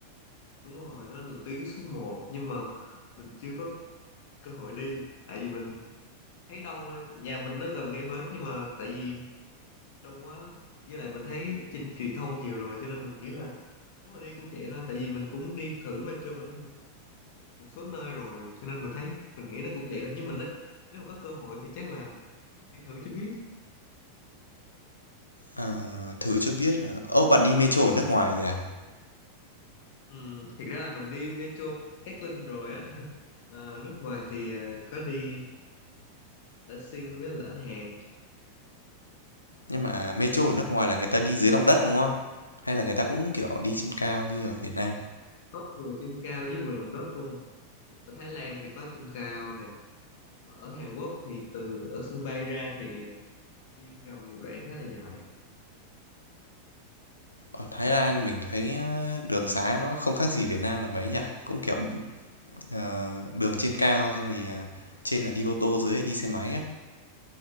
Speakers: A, on the left (about 50°); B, on the left (about 80°).
A: Đúng rồi, đó là tuyến số một nhưng mà mình chưa có cơ hội đi tại vì mình thấy đông thôi. Nhà mình nó gần ngay bến nhưng mà tại vì đông quá với lại mình thấy trên truyền thông nhiều rồi cho nên mình nghĩ là nếu mà đi cũng vậy thôi tại vì mình cũng đi thử metro ở một số nơi rồi cho nên mình thấy mình nghĩ nó cũng vậy thôi nhưng mình á nếu mà có cơ hội thì chắc là đi thử cho biết
B: À, thử cho biết, ờ ô, bạn đi metro ở nước ngoài rồi à?
A: Ừ, thiệt ra là mình đi Metro Cát Linh rồi á <laughs> Ờ, nước ngoài thì ờ, có đi ở Sing với là ở Hàn
B: Nhưng mà metro ở nước ngoài là người ta đi dưới lòng đất đúng không? Hay là người ta cũng kiểu đi trên cao như ở Việt Nam?
A: có vừa trên cao với vừa lòng đất luôn ở Thái Lan thì có trên cao nè mà ở Hàn Quốc thì từ ở sân bay ra thì ờ, đi ngầm một đoạn khá là dài
B: Ở Thái Lan mình thấy ờ, đường xá nó không khác gì Việt Nam là mấy nhỉ? Cũng kiểu ờ, đường trên cao xong thì ờ, trên là đi ô tô dưới là đi xe máy á.